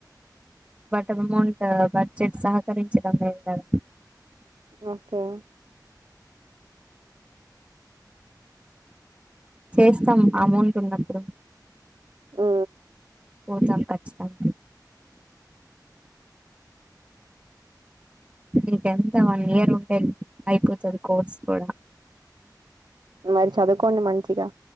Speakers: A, on the right (about 20°); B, on the right (about 80°).
A: బట్ అమౌంట బడ్జెట్ సహకరించడం లేదు కదా.
B: ఓకే
A: చేస్తాం అమౌంట్ ఉన్నప్పుడు.
B: ఊ
A: పోతాం ఖచ్చితంగా. ఇకెంత వన్ ఇయర్ ఉంటే అయిపోతది కోర్స్ కూడా.
B: మరి చదువుకోండి మంచిగా